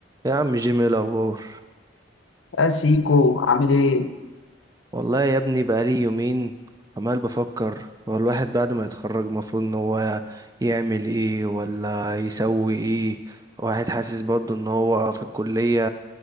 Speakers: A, on the right; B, on the left.
A: يا عم جيمي إيه الاخبار
B: يا سيكو عامل ايه؟
A: والله يا ابني بقالي يومين عمال بفكر هو الواحد بعد ما يتخرج المفروض ان هو يعمل ايه ولا يسوي ايه واحد حاسس برضه ان هو في الكلية